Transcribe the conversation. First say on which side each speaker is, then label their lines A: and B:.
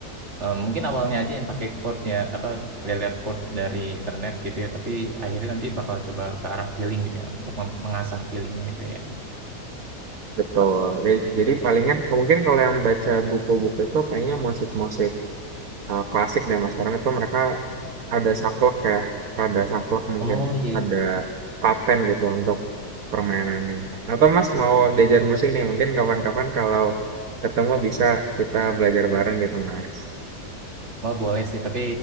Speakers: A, on the right; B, on the right.
A: eh, mungkin awalnya aja yang pakai chord ya apa lihat chord dari internet gitu ya, tapi akhirnya nanti bakal coba ke arah feeling gitu ya untuk mem- mengasah feelingnya itu ya.
B: Betul. Ya, Jadi palingan mungkin kalau yang baca buku-buku itu kayaknya musik-musik eh, klasik dan mas sekarang itu mereka ada saklek ya, ada saklek mungkin
A: Oh iya
B: ada paten gitu untuk permainannya. Atau mas mau diajar musik nih mungkin kapan-kapan kalau ketemu bisa kita belajar bareng gitu mas.
A: Wah boleh sih, tapi